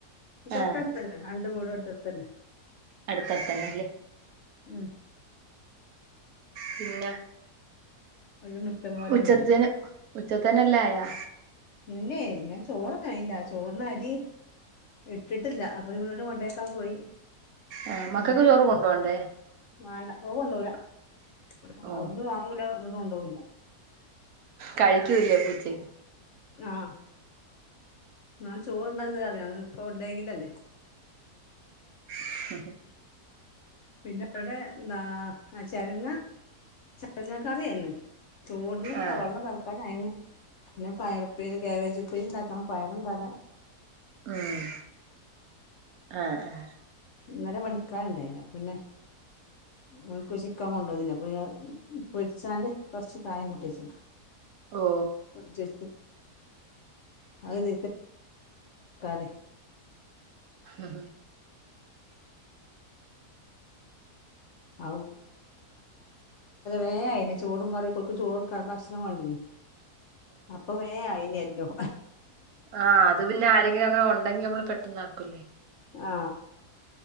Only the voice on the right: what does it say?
ആഹ്
അടുത്തടുത്തന്നെല്ലേ
പിന്ന
ഉച്ചത്തിന് ഉച്ചത്തനല്ല ആയാ
ആഹ്
മക്കൾക്ക് ചോറ് കൊണ്ടോണ്ടേ
ഓ
കഴിക്കൂല്ല പ്പ ഉച്ചയ്ക്ക്
<inaudible>
ആഹ്
ഉം ആഹ ആഹ
ഓ
ഹഹ ഹ
ആഹ അത് പിന്നെ ആരെങ്കിലും അങ്ങനെ ഉണ്ടെങ്കി നമ്മള് പെട്ടന്ന് ആക്കൂല്ലേ